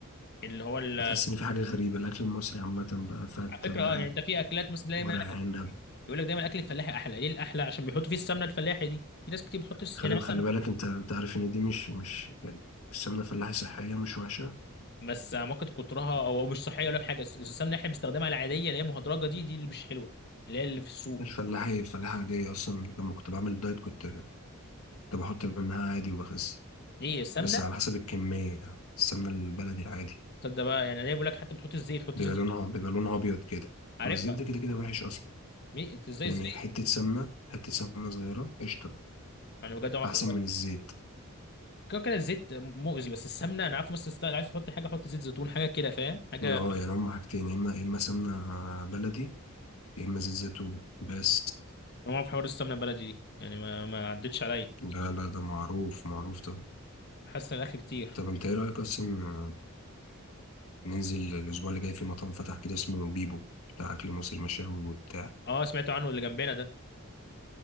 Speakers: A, on the left; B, on the left.
A: اللي هو ال-
B: هتحس ان في حاجه غريبه الاكل المصري عامه بقى فته
A: على فكره
B: بقى
A: اه يعني انت في اكلات مثلا دايما
B: ورق
A: اكل
B: عنب
A: يقول لك دايما الاكل الفلاحي احلى ليه الاحلى عشان بيحطوا فيه السمنه الفلاحي دي في ناس كتير بتحط الس-
B: خلي
A: يعني مثلا
B: خلي بالك انت انت عارف ان دي مش مش يعني السمنه الفلاحي صحيه مش وحشه
A: بس ممكن كترها او مش صحيه ولا حاجه الس- السمنه اللي احنا بنستخدمها العاديه اللي هي مهدرجه دي دي اللي مش حلوه اللي هي اللي في السوق
B: الفلاحي الفلاحه عاديه اصلا لما كنت بعمل دايت كنت كنت بحط منها عادي وبخس
A: ليه السمنه
B: بس على حسب الكميه السمنه البلدي العادي
A: تصدق بقى يعني ليه بيقول لك حتى بتحط الزيت حط
B: بيبقى
A: زيت زيتون
B: لونها بيبقى لونها ابيض كده
A: عارفها
B: ما الزيت ده كده كده وحش اصلا
A: مي- إنت ازاي
B: يعني
A: الزيت
B: حته سمنه حته سمنه صغيره قشطه
A: انا بجد ما اعرف
B: احسن
A: أعملها.
B: من الزيت
A: كده كده الزيت مؤذي بس السمنه انا عارف مثلا ستايل عايز تحط حاجه حط زيت زيتون حاجه كده فاهم حاجه
B: اه يعني هما حاجتين يا اما يا اما سمنه بلدي يا اما زيت زيتون بس
A: طبعا في حوار السمنه البلدي دي يعني ما ما عدتش عليا
B: لا لا ده معروف معروف طبعا
A: حاسس ان الاكل كتير
B: طب انت ايه رأيك اصلا آه، ننزل الاسبوع اللي جاي في مطعم فتح كده اسمه بيبو بتاع اكل مصري مشاوي وبتاع
A: اه سمعت عنه اللي جنبنا ده